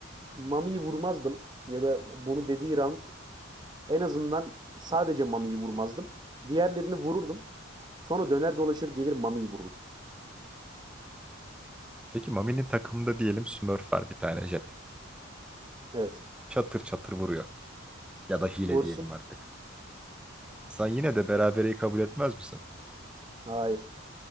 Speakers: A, on the right; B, in the centre.
A: Mami'yi vurmazdım ya da bunu dediği round en azından sadece Mami'yi vurmazdım. Diğerlerini vururdum. Sonra döner dolaşır gelir Mami'yi vururdum.
B: Peki Mami'nin takımında diyelim Smurf var bir tane Jet.
A: Evet.
B: Çatır çatır vuruyor. Ya da hile
A: Vursun.
B: diyelim artık. Sen yine de berabereyi kabul etmez misin?
A: Hayır.